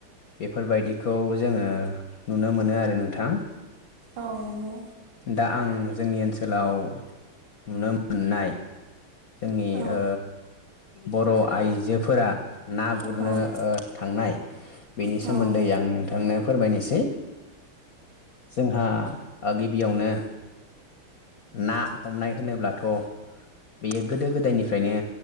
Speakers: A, on the left; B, on the right.
A: बेफोरबायदिखौ जोङो नुनो मोनो आरो नोंथां।
B: औ नंगौ।
A: दा आं जोंनि ओनसोलाव नुनो मोननाय जोंनि
B: औ
A: ओ बर' आइजोफोरा ना गुरनो
B: औ
A: ओ थांनाय बेनि
B: औ
A: सोमोन्दै आं नोंथांनो फोरमायनोसै जोंहा आ गिबियावनो ना हमनाय होनोब्लाथ' बेयो गोदो गोदायनिफ्रायनो